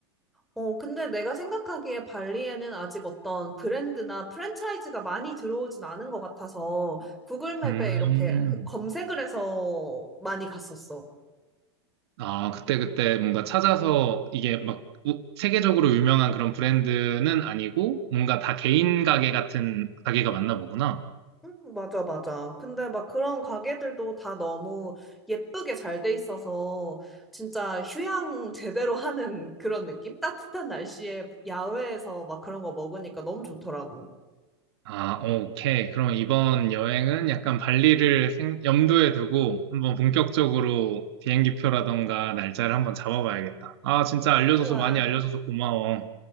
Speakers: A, in the centre; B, on the right (about 65°).
A: 어, 근데 내가 생각하기에 발리에는 아직 어떤 브랜드나 프랜차이즈가 많이 들어오진 않은 것 같아서 구글 맵에
B: 음.
A: 이렇게 검색을 해서 많이 갔었어.
B: 아, 그때그때 뭔가 찾아서 이게 막 우- 세계적으로 유명한 그런 브랜드는 아니고 뭔가 다 개인 가게 같은 가게가 맞나 보구나.
A: 응, 맞아, 맞아. 근데 막 그런 가게들도 다 너무 예쁘게 잘 돼 있어서 진짜 휴양 제대로 하는 그런 느낌? 따뜻한 날씨에 야외에서 막 그런 거 먹으니까 너무 좋더라고.
B: 아, 오케이. 그럼 이번 여행은 약간 발리를 생- 염두에 두고 한번 본격적으로 비행기표라던가 날짜를 한번 잡아봐야겠다. 아, 진짜 알려줘서
A: 좋아.
B: 많이 알려줘서 고마워.